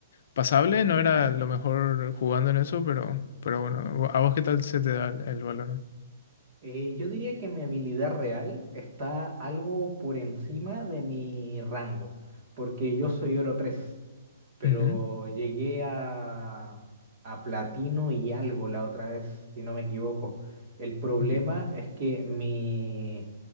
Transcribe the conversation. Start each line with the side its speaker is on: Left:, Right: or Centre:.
Left: pasable, no era lo mejor jugando en eso, pero, pero bueno, ¿a vos qué tal se te da el, el Valorant?
Right: Eh, yo diría que mi habilidad real está algo por encima de mi rango, porque yo soy oro 3 pero
Left: Ujú,
Right: llegué a, a platino y algo la otra vez, si no me equivoco. El problema
Left: Ok.
Right: es que mi,